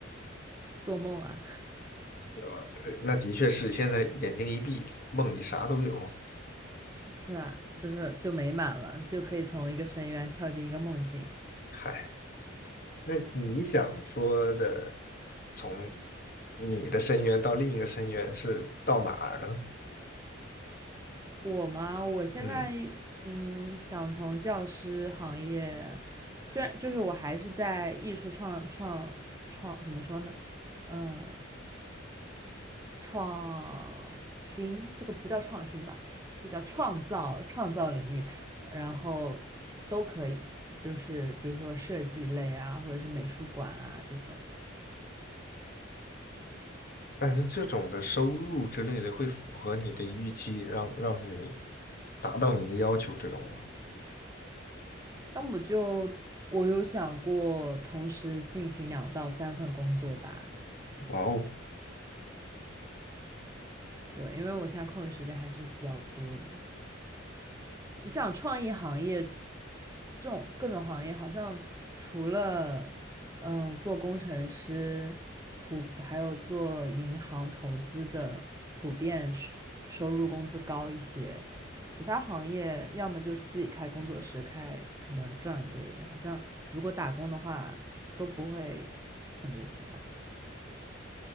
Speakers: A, on the right; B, on the left.
A: 做梦啊，
B: 对吧？呃那的确是现在眼睛一闭，梦里啥都有。
A: 是啊，就是就美满了，就可以从一个深渊跳进一个梦境。
B: 嗨，那你想说的，从你的深渊到另一个深渊是到哪儿呢？
A: 我嘛，我现在嗯，
B: 嗯，
A: 想从教师行业，虽然就是我还是在艺术创创创，怎么说呢？嗯，创新这个不叫创新吧，这个叫创造创造领域，然后都可以，就是比如说设计类啊，或者是美术馆啊这种。
B: 但是这种的收入之类的会符合你的预期，让让你达到你的要求这种吗？
A: 那我就我有想过同时进行两到三份工作吧，
B: 哇哦，
A: 对，因为我现在空余时间还是比较多的。你想创意行业这种各种行业好像除了嗯、呃做工程师普，还有做银行投资的普遍收收入工资高一些，其他行业要么就是自己开工作室开，可能赚的多一点。好像如果打工的话都不会很多钱吧？